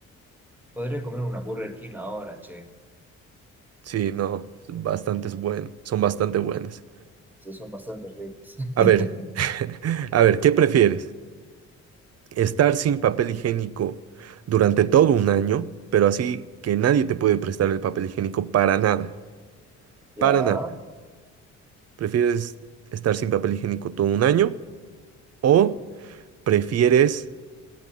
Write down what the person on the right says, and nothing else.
Sí, no, bastantes buen, son bastante buenas.
A ver, <laughs> a ver, ¿qué prefieres? ¿Estar sin papel higiénico durante todo un año, pero así que nadie te puede prestar el papel higiénico para nada?
Para nada. ¿Prefieres estar sin papel higiénico todo un año o prefieres